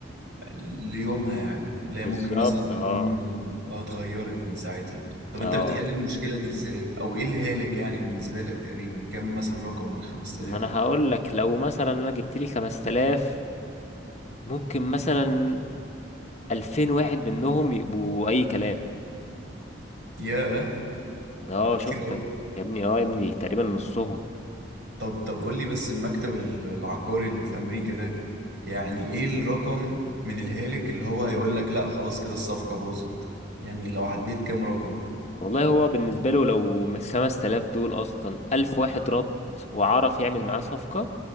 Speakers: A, on the right; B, on the left.
A: ليومها يعني اللي هي
B: بالظبط
A: ممكن مثلا تكون
B: اه
A: اه اتغيرت من ساعتها طب انت
B: اه
A: بتحل المشكلة دي ازاي او ايه الهالك يعني بالنسبة لك تقريبا كم مثلا رقم من 5000
B: ما انا هقول لك لو مثلا انا جبت لي 5000 ممكن مثلا 2000 واحد منهم يبقوا اي كلام
A: ياه
B: اه
A: ده كتير
B: شفت
A: قوي
B: يا ابني اه يا ابني تقريبا نصهم
A: طب طب قول لي بس المكتب ال- العقاري اللي في أمريكا ده يعني إيه الرقم من الهالك اللي هو هيقول لك لأ خلاص كده الصفقة باظت يعني لو عديت كام رقم
B: والله هو بالنسبة له لو من 5000 دول اصلا 1000 واحد رد وعرف يعمل معاه صفقة